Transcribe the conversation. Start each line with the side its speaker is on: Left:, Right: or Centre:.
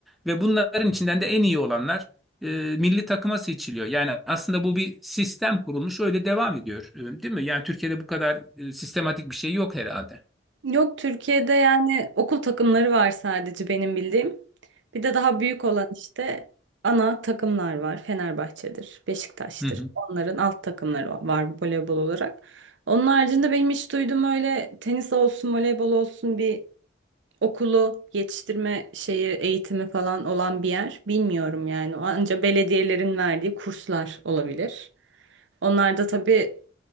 Centre: Ve bunların içinden de en iyi olanlar e, milli takıma seçiliyor. Yani aslında bu bir sistem kurulmuş, öyle devam ediyor, e, değil mi? Yani Türkiye'de bu kadar e, sistematik bir şey yok herhalde.
Right: Yok Türkiye'de yani okul takımları var sadece benim bildiğim. Bir de daha büyük olan işte ana takımlar var. Fenerbahçe'dir, Beşiktaş'tır.
Centre: Hı hı.
Right: Onların alt takımları var voleybol olarak. Onun haricinde benim hiç duyduğum öyle tenis olsun, voleybol olsun bir okulu yetiştirme şeyi eğitimi falan olan bir yer bilmiyorum yani. Anca belediyelerin verdiği kurslar olabilir. Onlar da tabii